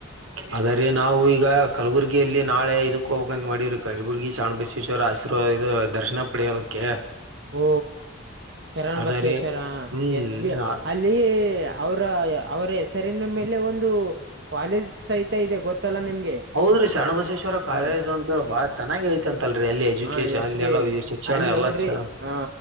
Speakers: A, on the right (about 80°); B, on the right (about 55°).
A: ಆದರೆ ನಾವು ಈಗ ಕಲಬುರಗಿಯಲ್ಲಿ ನಾಳೆ ಇದಕ್ಕ ಹೋಗಬೇಕಂದ್ ಮಾಡೀರರಿ ಕಲಬುರ್ಗಿ ಚಾಣುಬಸೇಶ್ವರ ಆಶೀರ್ವಾದ ಇದ ದರ್ಶನ ಪಡೆಯೋದಕ್ಕೆ.
B: ಓ ಶರಣ್
A: ಅದ
B: ಬಸವೇಶ್ವರ
A: ರೀ ಹ್ಮ್
B: ಎಸ್ ಬಿ
A: ಆ-
B: ಅ ಲ್ಲಿ ಅವರ ಅವರ ಹೆಸರಿನ ಮೇಲೆ ಒಂದು ಕಾಲೇಜ್ ಸಹಿತ ಇದೆ ಗೊತ್ತಲ್ಲಾ ನಿಮ್ಗೆ.
A: ಹೌದ್ರಿ ಶಣಬಸೇಶ್ವರ ಕಾಲೇಜು
B: ಹ
A: ಅಂತೇಳಿ ಬಾಳ ಚೆನ್ನಾಗ ಐತಂತಲ್ರಿ ಅಲ್ಲಿ ಎಜುಕೇಶನ್
B: ಹ ಎಸ್
A: ಅಲ್ಲಿ
B: ಬಿ
A: ಎಲ್ಲ
B: ಐ
A: ಶಿಕ್ಷಣ
B: ಅಲ್ಲಿ
A: ಎಲ್ಲ
B: ನೋಡ್ರಿ
A: ಚ
B: ಹ